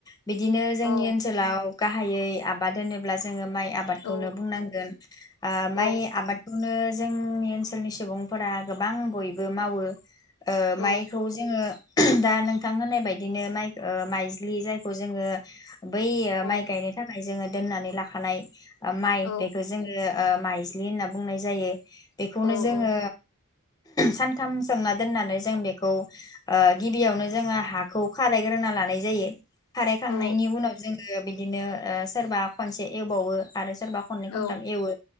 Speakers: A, on the left (about 15°); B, on the left (about 80°).
A: बिदिनो जोंनि
B: औ
A: ओनसोलाव गाहायै आबाद। होनोब्ला जोङो माइ आबादखौनो
B: औ
A: बुंनांगोन। आ
B: औ
A: माइ आबादखौ नो जोंनि ओनसोलनि सुबुंफोरा गोबां बयबो मावो। ओ
B: औ
A: माइखौ जोङो दा नोंथां होननाय बायदिनो माइ माइज्लि जायखौ जोङो बै
B: औ
A: माइ गायनो थाखाय जोङो दोननानै लाखानाय ओ माइ
B: औ
A: बेखौ जोङो ओ माइज्लि होनना बुंनाय जायो। बेखौनो
B: औ
A: जोङो सानथाम सोमना दोननानै जों बेखौ ओ गिबियावनो जोङो हाखौ खारायग्रोना लानाय जायो। खारायखांनायनि
B: औ
A: उनाव जोङो बिदिनो ओ सोरबा खनसे एवबावो। आरो सोरबा खन्नै खन
B: औ
A: थाम एवो